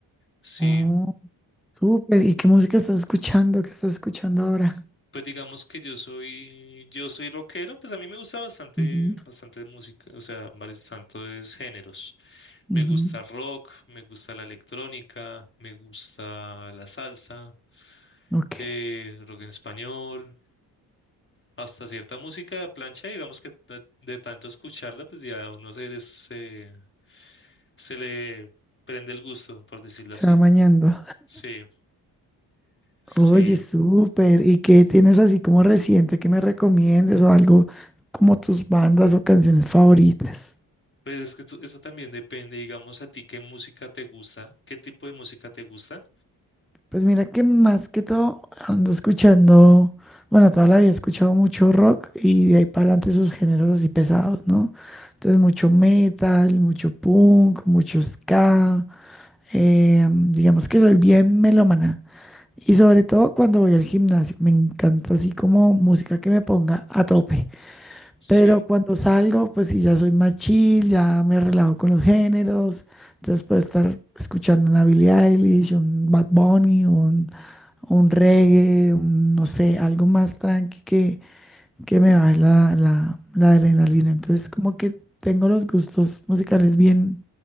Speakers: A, on the left; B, in the centre.
A: Sí,
B: Oh, súper. ¿Y qué música estás escuchando? ¿Qué estás escuchando ahora?
A: pues digamos que yo soy, yo soy rockero, pues a mí me gusta bastante,
B: Ujú,
A: bastante música, o sea, varios tantos géneros.
B: ujú.
A: Me gusta el rock, me gusta la electrónica, me gusta la salsa.
B: Ok,
A: eh, rock en español, hasta cierta música de plancha, digamos que de, de tanto escucharla, pues ya a uno se, les- se, se le prende el gusto, por decirlo
B: se
A: así.
B: va mañando.
A: Sí, sí.
B: Oye, súper. ¿Y qué tienes así como reciente que me recomiendes o algo como tus bandas o canciones favoritas?
A: Pues es que tú- eso también depende, digamos, a ti qué música te gusta, qué tipo de música te gusta.
B: Pues mira que más que todo ando escuchando, bueno, toda la vida he escuchado mucho rock y de ahí para adelante sus géneros así pesados, ¿no? Entonces mucho metal, mucho punk, mucho ska. eh, digamos que soy bien melómana. Y sobre todo cuando voy al gimnasio, me encanta así como música que me ponga a tope.
A: Sí,
B: Pero cuando salgo, pues sí, ya soy más chill, ya me relajo con los géneros. Entonces puedo estar escuchando una Billie Eilish, un Bad Bunny, un, un reggae, un, no sé, algo más tranqui que, que me baje la, la, la adrenalina. Entonces como que tengo los gustos musicales bien,